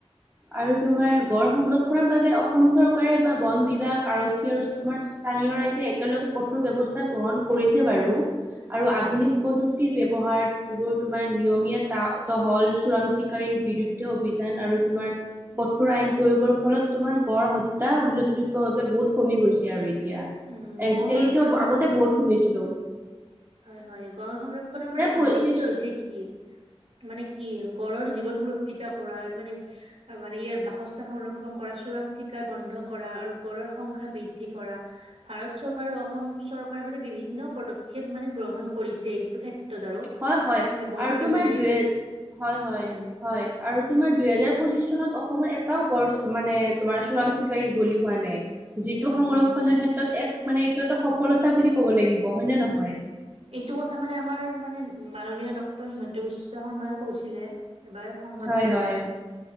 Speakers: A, on the right; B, on the right.
A: আৰু তোমাৰ গড় সংৰক্ষনৰৰ বাবে অসম চৰকাৰে বা বন বিভাগ আৰক্ষী আৰু তোমাৰ- স্থানীয় ৰাইজে একেলগে কঠোৰ ব্যৱস্থা গ্ৰহণ কৰিছে। বাৰু আৰু আধুনিক
B: উম, উম।
A: প্ৰযুক্তিৰ ব্যৱহাৰ- যিবোৰ তোমাৰ নিয়মীয়া ত তহল চোৰাং চিকাৰীৰ বিৰুদ্ধে অভিযান আৰু তোমাৰ-
B: উম,
A: কঠোৰ
B: উম।
A: আইন প্ৰয়োগৰ ফলত তোমাৰ গড় হত্যা উল্লেখযোগ্য ভাৱে বহুত কমি গৈছে আৰু এ এতিয়া
B: উম, গঁড়
A: আজিকালিতো
B: সংৰক্ষণৰ
A: আগতে বহুত শুনিছিলো।
B: হয় হয় গড় সংৰক্ষণৰ মানে উদ্দেশ্য
A: পঁচিশ
B: হৈছে কি মানে কি গড়ৰ জীৱন সুৰক্ষিত কৰা মানে মানে ইয়াৰ বাসস্থা সংৰক্ষণ কৰা চোৰাং চিকাৰ বন্ধ কৰা। আৰু গড়ৰ সংখ্যা বৃদ্ধি কৰা ভাৰত চৰকাৰ আৰু অসম চৰকাৰ মানে বিভিন্ন পদপ- মানে গ্ৰহণ কৰিছে এইটো ক্ষেত্ৰত- আৰু
A: হয় হয়
B: মানে বন
A: আৰু তোমাৰ
B: বিভাগে
A: দুই এ হয় হয়
B: উম,
A: আৰু তোমাৰ দুহেজাৰ- পঁচি চনত অসমত এটাও গড় মানে তোমাৰ চোৰাং চিকাৰী বলি হোৱা নাই যিটো
B: উম,
A: সংৰক্ষণৰ ক্ষেত্ৰত এক মানে এইটো এটা সফলতা বুলি ক'ব লাগিব হয় নে নহয়।
B: এইটো কথা মানে আমাৰ মানে মাননীয় ডক্টৰ হিমন্ত বিশ্ব শৰ্মাইও কৈছিলে। এবাৰ সংবাদ
A: হয়
B: মাধ্যমত-
A: হয়